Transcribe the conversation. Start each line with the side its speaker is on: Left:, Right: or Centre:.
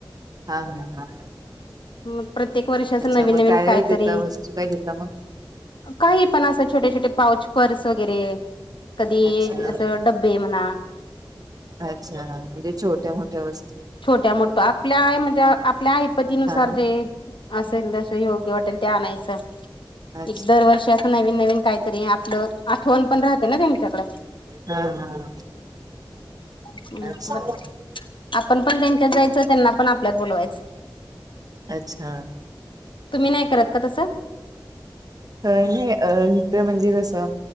Right: हा हा हा.
Left: मग प्रत्येक वर्षाच
Right: अच्छा
Left: नवीन-
Right: मग
Left: नवीन
Right: काय
Left: कायतरी?
Right: देता वस्तू काय देता मग
Left: काही पण असं छोटे- छोटे पाऊच पर्स वगैरे, कधी
Right: अच्छा
Left: असं डब्बे म्हणा.
Right: अच्छा, म्हणजे छोट्या मोठ्या वस्तू,
Left: छोट्या मोठ्या आपल्या म्हणजे आपल्या आयपाती नुसार
Right: हा
Left: ते. असेल तसं योग्य वाटेल ते आणायचं
Right: अच्छा
Left: एक दरवर्षी असं नवीन - नवीन काही तरी आपलं आठवण पण राहते ना त्यांच्याकडे.
Right: हा हा.
Left: हम्म
Right: अच्छा
Left: म आपण पण तेच्यातं जायचं त्यांना पण आपल्यात बोलवायचं.
Right: अच्छा
Left: तुम्ही नाही करत का तसं?
Right: अ - नाही अ इथं म्हणजे कसं